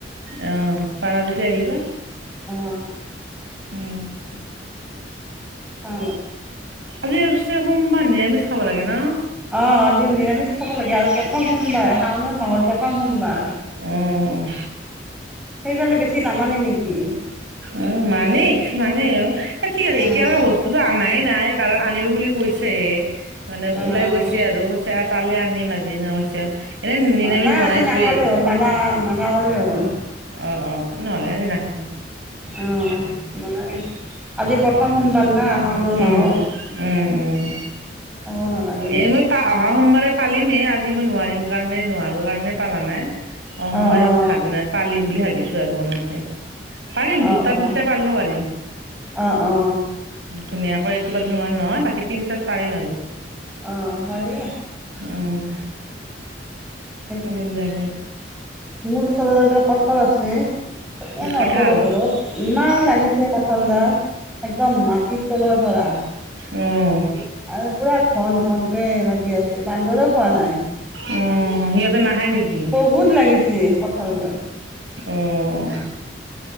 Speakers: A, on the right; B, in the centre.
A: অহ পাৰা যদি আহিবা
B: অঁ
A: উম
B: অ
A: আজি পিছে সোমবাৰ নিৰামিষ খাব লাগে ন
B: অঁ আজি নিৰামিষ খাব লাগে আৰু প্ৰথম সোমবাৰ শাওণ মাহৰ প্ৰথম সোমবাৰ
A: উম
B: সেইফালে বেছি নামানে নেকি
A: অ মানেই কিছু মানে আৰু এ ঠিক
B: অঁ
A: আছে এতিয়া বাৰু ব স্তুটো আনাই নাই কাৰণ আনিব বুলি কৈছে মানে
B: অঁ
A: ওলাই
B: অঁ
A: গৈছে আৰু কৈছে পালে আনিম আজি এনে কৈছে এনে নিৰামিষ
B: নাই
A: বনাইছোৱেই
B: আজি নাখালে হ'ল মানা মানা কৰিলেই হ'ল
A: অ অ নহ'লে আজি নাখাও
B: অ মানে আজি প্ৰথম সোমবাৰ না শাওনৰ
A: উম
B: মাহত
A: উম উম
B: খাব নালাগে
A: এ মই পা অহা সোমবাৰে পালিমে এই আজি মই নোৱাৰিম কাৰণে নোৱাৰো কাৰণে পালা নাই। অ সোমবাৰে
B: অঁ
A: মই ভাল নাই পালিম বুলি ভাবিছো আৰু মনতে পাৰিম
B: অঁ
A: দুটা
B: অঁ
A: তিনিটা পালিব পাৰিম।
B: অঁ অঁ অঁ
A: ধুনীয়াকৈ এইটো বাৰু নোৱাৰা নহয় বাকী তিনিটাত পাৰিম আৰু
B: অ হ'ল নে
A: উম
B: ঠিকে
A: পালিম
B: আছে
A: দিয়া
B: মোৰ ওচৰত এডাল কঠাল আছে এই আমাৰ
A: কঠাল
B: ওচৰৰ ঘৰত ইমান লাগিছে কঁঠাল ডাল একদম মাটিৰ তলৰ পৰা
A: উম
B: আৰু পুৰা ঘন ঘনকে লাগি আছে বান্দৰেও খোৱা নাই
A: অ সিহঁতে নাখায় নেকি
B: বহুত লাগিছে। কঁঠালডাল
A: অহ